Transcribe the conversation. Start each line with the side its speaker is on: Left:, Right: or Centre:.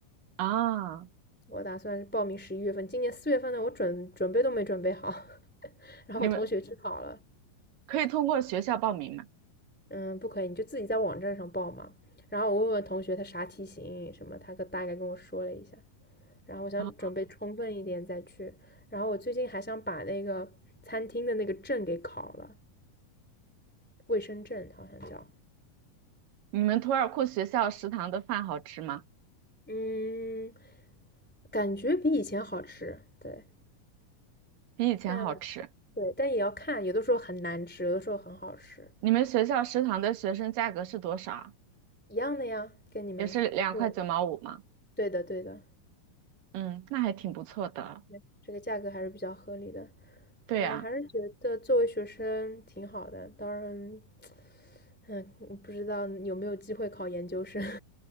Right: 啊，
Centre: 我打算报名十一月份，今年四月份呢，我准准备都没准备好，<laughs> 然后我同学去考了，
Right: 你们可以通过学校报名吗？
Centre: 嗯，不可以，你就自己在网站上报嘛。然后我问问同学他啥题型什么，他跟大概跟我说了一下，然后我想准备充分一点再去。
Right: 啊，
Centre: 然后我最近还想把那个餐厅的那个证给考了，卫生证好像叫。
Right: 你们图尔库学校食堂的饭好吃吗？
Centre: 嗯，感觉比以前好吃，对，
Right: 比以前好吃。
Centre: 但对，但也要看，有的时候很难吃，有的时候很好吃，
Right: 你们学校食堂的学生价格是多少啊
Centre: 一样的呀，跟你们还是
Right: 也是两块九毛五吗？
Centre: 对的，对的，
Right: 嗯，那还挺不错的。
Centre: 对这个价格还是比较合理的。
Right: 对呀，
Centre: 我还是觉得作为学生挺好的，当然，嗯，嗯不知道有没有机会考研究生。<laughs>